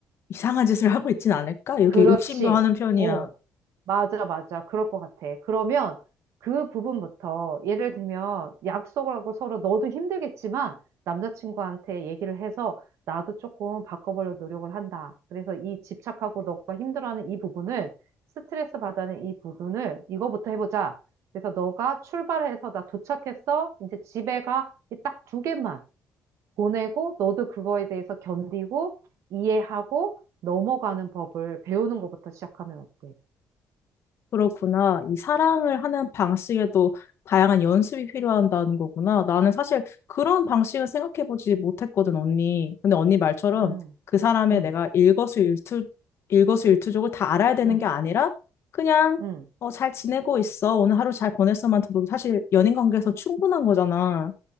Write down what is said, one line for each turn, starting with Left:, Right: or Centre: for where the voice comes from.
Left: 이상한 짓을 하고 있진 않을까? 이렇게
Right: 그렇지.
Left: 의심도 하는 편이야.
Right: 어, 맞아, 맞아. 그럴 것 같아. 그러면 그 부분부터 예를 들면 약속을 하고 서로 너도 힘들겠지만 남자친구한테 얘기를 해서 나도 조금 바꿔보려 노력을 한다. 그래서 이 집착하고 너가 힘들어하는 이 부분을 스트레스 받는 이 부분을 이거부터 해보자. 그래서 너가 출발해서 나 도착했어. 이제 집에 가. 딱 두 개만. 보내고 너도 그거에 대해서 견디고 이해하고 넘어가는 법을 배우는 것부터 시작하면 어때?
Left: 그렇구나. 이 사랑을 하는 방식에도 다양한 연습이 필요한다는 거구나. 나는 사실 그런 방식을 생각해보지 못했거든, 언니. 근데 언니 말처럼
Right: 음,
Left: 그 사람의
Right: 음,
Left: 내가 일거수일투, 일거수일투족을 다 알아야 되는
Right: 음,
Left: 게 아니라 그냥
Right: 음.
Left: 어, 잘 지내고 있어. 오늘 하루 잘 보냈어만 들어도 사실 연인 관계에서 충분한 거잖아.